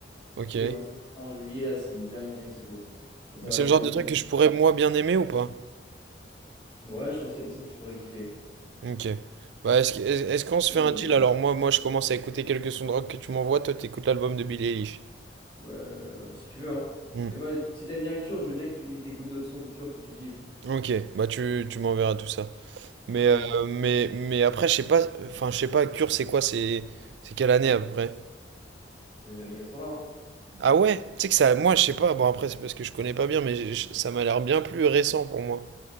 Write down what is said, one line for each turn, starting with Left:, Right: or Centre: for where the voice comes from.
Right: Ok.
Left: Et là, ils vont en sortir un en juillet, là, c'est une dinguerie, ce groupe. Et ça va
Right: C'est le
Left: devenir.
Right: genre de truc que je pourrais moi bien aimer ou pas?
Left: Ouais, je pense qu'il y a des sons que tu pourrais kiffer.
Right: Ok. Bah, est-ce que- est- est-ce qu'on se
Left: Ouais.
Right: fait un deal alors? Moi, moi, je commence à écouter quelques sons de rock que tu m'envoies. Toi, t'écoutes l'album de Billie Eilish.
Left: Euh, si tu veux, hein.
Right: Hmm.
Left: Mais moi, si t'aimes bien Cure, je veux bien que tu écoutes d'autres sons de Cure que tu kiffes.
Right: Ok. Bah, tu, tu m'enverras tout ça. Mais,
Left: Ouais, ouais.
Right: euh, mais, mais après, je sais pas. Enfin, je sais pas, Cure, c'est quoi? C'est c'est quelle année à peu près?
Left: C'est les années 80, hein.
Right: Ah ouais? Tu sais que ça, moi, je sais pas. Bon, après, c'est parce que je connais pas bien, mais j'ai- j'- ça m'a l'air bien plus récent pour moi.